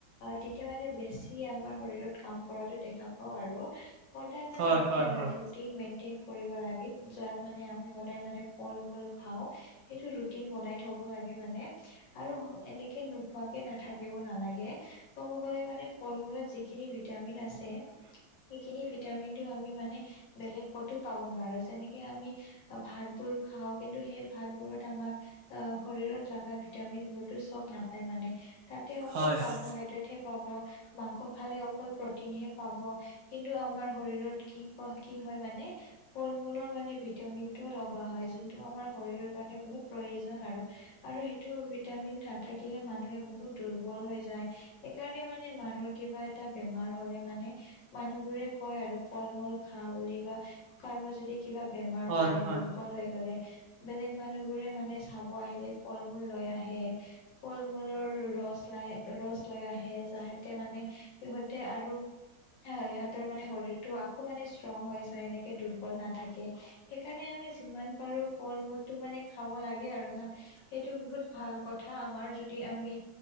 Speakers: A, on the left; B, on the right.
A: তেতিয়া মানে বেছি আমাৰ শৰীৰত কাম কৰাটো দেখা আৰু সদায় মানে
B: হয়,
A: এটাট
B: হয়, হয়,
A: ম লাত মানে স, ম, ফল, মূল খাও সেইটো ৰু, বনাই থ ল, মানে আৰু এনেকে নোখোৱাকে, নাথাকিব, নালাগে ক'ব গলে মানে ফল, মূলত যিখিনি ভিটামিন আছে। সেইখিনি ভিটামিন টো আমি মানে বেলেগ ক'তো পাব নোৱাৰো যেনেকে আমি ভাতবোৰ খাও কিন্তু সেই ভাত বোৰত আমাক আহ, শৰীৰত লগা ভিটামিন বোৰতো চ'ব নাপায় মানে। তাতে অকল
B: হয়,
A: কাৰ্বহাইড্ৰেট
B: হয়,
A: হে, পাব। মাংস খালে অকল প্ৰটিনহে পাব। কিন্তু আমাৰ শৰীৰত কি, ক, কি, হয়, মানে ফল, মূলৰ মানে ভিটামিন টো লগা হয়, যোনটো আমাৰ শৰীৰৰ কাৰণে বহুত প্ৰয়োজন আৰু, আৰু সেইটো ভিটামিন নাথাকিলে মান মানুহে বহুত দুৰ্বল হৈ যায়। সেইকাৰণে মানে মানুহৰ কিবা এটা বেমাৰ হলে মানে মানুহ বোৰে কয় আৰু ফল, মূল খা, বুলি বা কাৰোবাৰ যদি কিবা বেমাৰ
B: হয়,
A: হলে
B: হয়,
A: দুৰ্বল হৈ গলে বেলেগ মানুহবোৰে মানে চাব আহিলে ফল, মূল লৈ আহে। ফল, মূলৰ ৰচ চাই, ৰছ, ল, আহে, যাহতে মানে সিহঁতে আৰু সিহঁতৰ মানে শৰীৰতটো আকৌ মানে ষ্ট্ৰং হৈ যায়। এনেকে দুৰ্বল নাথাকে সেইকাৰণে আমি যিমান পাৰো ফল, মূলতটো মানে খাব লাগে, আৰু ন, সেইটো বহুত ভাল কথা আমাৰ যদি যদি আমি